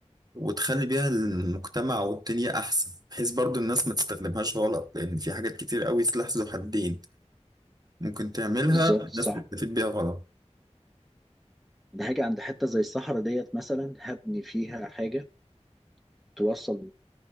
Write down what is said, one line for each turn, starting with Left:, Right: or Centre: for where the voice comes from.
Right: وتخلي بيها المجتمع والدنيا أحسن بحيث برضو الناس ما تستخدمهاش غلط لأن في حاجات كتير قوي سلاح ذو حدين ممكن تعملها
Centre: بالظبط
Right: الناس
Centre: صح
Right: تستفيد بيها غلط
Centre: أنا هاجي عند حتة زي الصحراء ديت مثلا هبني فيها حاجة توصل